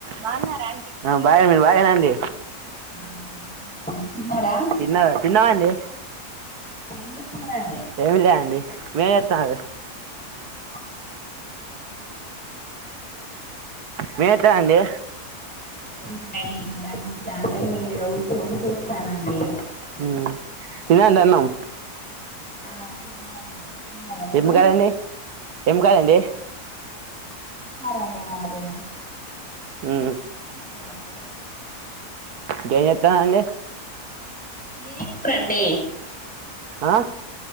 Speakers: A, on the right; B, in the centre.
A: బాగున్నారా అండి మీరు బాగున్నారా అండి
B: ఆ బాగున్నాండి తిన్నారా
A: తిన్నార తిన్నమండి
B: ఏం చేస్తున్నారండి
A: ఏమి లేండి ఏం చెత్తన్నారు
B: <unintelligible> <unintelligible>
A: మీరేం చేస్తారండి
B: ఏ మళ్ళ ఇట్లాని ఉంటా అంటే నేను ఈడ కుర్సొని చూస్తానండి
A: ఉమ్ తినండి అన్నం
B: ఆ తిన్నామండి తిన్నారా మీరు
A: ఏం కర్రీ అండి ఏం కర్రీ అండి
B: మారండి మాది
A: ఉ
B: మీదేం కూరండి
A: త్తా అండి
B: మీదేం కూూరండి
A: ఆ